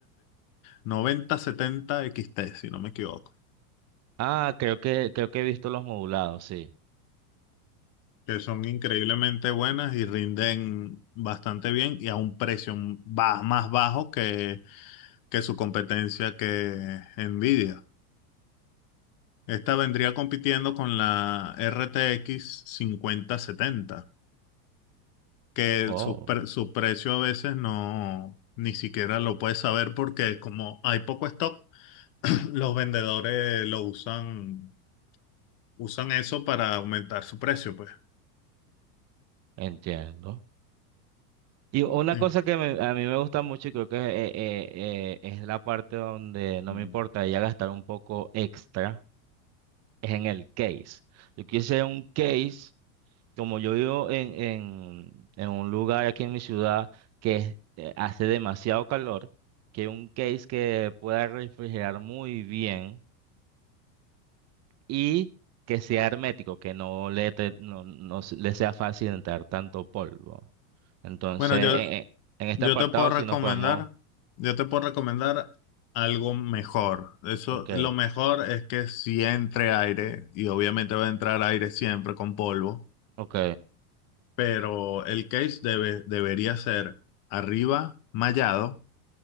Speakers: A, on the left; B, on the right.
A: 9070 XT, si no me equivoco,
B: Ah, creo que, creo que he visto los modulados, sí.
A: que son increíblemente buenas y rinden bastante bien y a un precio ba- más bajo que, que su competencia que Nvidia. Esta vendría compitiendo con la RTX setenta que el-
B: Oh,
A: su, pre- su precio a veces no, ni siquiera lo puedes saber porque como hay poco stock, <clears throat> los vendedores lo usan, usan eso para aumentar su precio, pues.
B: entiendo. Y una
A: Sí.
B: cosa que me- a mí me gusta mucho y creo que eh, eh, eh, es la parte donde no
A: Mm.
B: me importa ya gastar un poco extra, es en el case. Yo quise un case como yo vivo en, en, en un lugar aquí en mi ciudad que es- eh, hace demasiado calor, que un case que pueda refrigerar muy bien y que sea hermético, que no le, te- no, no se- le sea fácil entrar tanto polvo. Entonces,
A: Bueno, yo,
B: e- e- en, este
A: yo
B: apartado
A: te puedo recomendar,
B: si nos podemos...
A: yo te puedo recomendar algo mejor. Eso,
B: Ok,
A: lo mejor es que si entre aire, y obviamente va a entrar aire siempre con polvo,
B: ok,
A: pero el case debe, debería ser arriba mallado